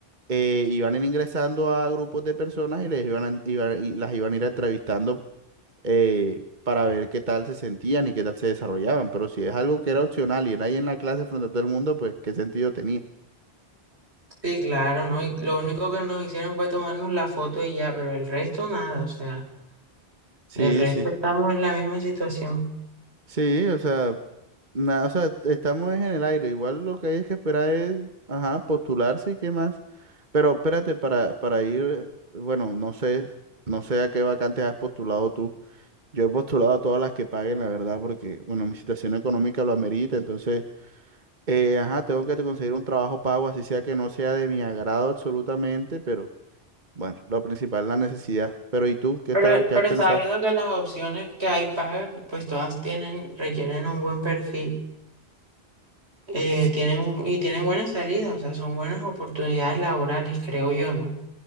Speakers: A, on the right; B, on the right.
A: eh, iban en- ingresando a grupos de personas y les iban, a- iban- y las iban a ir entrevistando eh, para ver qué tal se sentían y qué tal se desarrollaban. Pero si es algo que era opcional y era ahí en la clase frente a todo el mundo, pues qué sentido tenía.
B: Sí, claro, ¿no? Y lo único que nos hicieron fue tomarnos la foto y ya, pero el resto nada, o sea.
A: Sí,
B: Del resto
A: sí.
B: estamos en la misma situación.
A: Sí, o sea, na- o sea, estamos en el aire. Igual lo que hay es que esperar es, ajá, postularse y qué más. Pero espérate, para, para ir, eh, bueno, no sé, no sé a qué vacantes has postulado tú. Yo he postulado a todas las que paguen, la verdad, porque, bueno, mi situación económica lo amerita, entonces, eh, ajá, tengo que conseguir un trabajo pago, así sea que no sea de mi agrado absolutamente, pero bueno, lo principal es la necesidad. Pero ¿y tú qué
B: Pero,
A: tal, qué
B: pero
A: has pensado?
B: estaba viendo que las opciones que hay pagas, pues todas tienen, requieren un buen perfil, eh,
A: S-
B: tienen un- y tienen buenas salidas, o sea, son buenas oportunidades laborales, creo yo, ¿no?